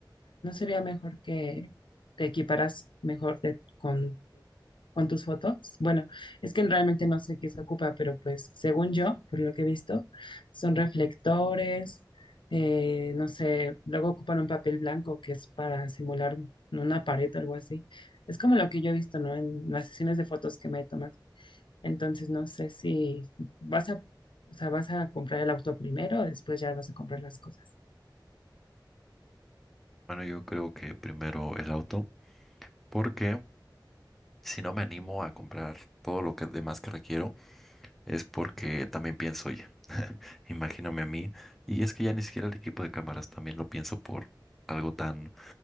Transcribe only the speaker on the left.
¿No sería mejor que te equiparas mejor de- con, con tus fotos? Bueno, es que realmente no sé qué se ocupa, pero pues según yo, por lo que he visto, son reflectores, eh, no sé, luego ocupan un papel blanco que es para simular una pared o algo así. Es como lo que yo he visto, ¿no? En las sesiones de fotos que me he tomado. Entonces no sé si vas a, o sea, vas a comprar el auto primero o después ya vas a comprar las cosas.